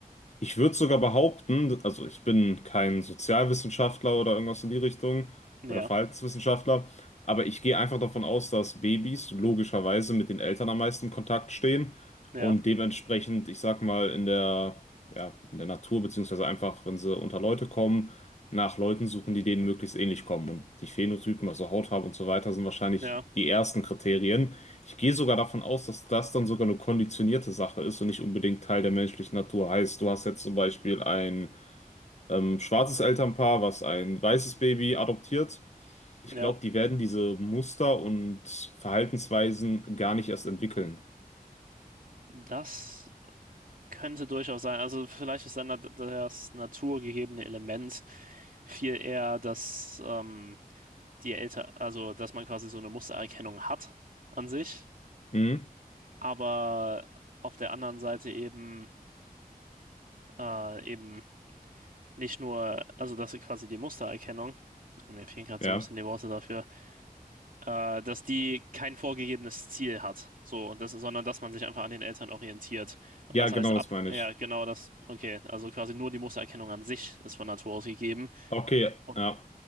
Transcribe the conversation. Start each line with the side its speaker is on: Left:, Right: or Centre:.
Left: Ich würde sogar behaupten, also ich bin kein Sozialwissenschaftler oder irgendwas in die Richtung
Right: Ja,
Left: oder Verhaltenswissenschaftler, aber ich gehe einfach davon aus, dass Babys logischerweise mit den Eltern am meisten in Kontakt stehen
Right: ja,
Left: und dementsprechend, ich sag mal, in der, ja, in der Natur, beziehungsweise einfach, wenn sie unter Leute kommen, nach Leuten suchen, die denen möglichst ähnlich kommen. Und die Phänotypen, also Hautfarbe und so weiter, sind wahrscheinlich
Right: ja,
Left: die ersten Kriterien. Ich gehe sogar davon aus, dass das dann sogar eine konditionierte Sache ist und nicht unbedingt Teil der menschlichen Natur. Heißt, du hast jetzt zum Beispiel ein ähm, schwarzes Elternpaar, was ein weißes Baby adoptiert. Ich
Right: ja.
Left: glaube, die werden diese Muster und Verhaltensweisen gar nicht erst entwickeln.
Right: Das könnte durchaus sein. Also vielleicht ist dann nat- das naturgegebene Element viel eher, dass ähm, die Eltern, also dass man quasi so eine Mustererkennung hat an sich
Left: Hm?
Right: aber auf der anderen Seite eben, äh, eben nicht nur, also dass sie quasi die Mustererkennung, mir fehlen gerade
Left: Ja.
Right: so ein bisschen die Worte dafür, äh, dass die kein vorgegebenes Ziel hat, so, und das, sondern dass man sich einfach an den Eltern orientiert. Und
Left: Ja,
Right: das
Left: genau
Right: heißt
Left: das
Right: ab,
Left: meine
Right: ja,
Left: ich.
Right: genau das, okay, also quasi nur die Mustererkennung an sich ist von Natur aus gegeben
Left: Okay,
Right: und,
Left: ja.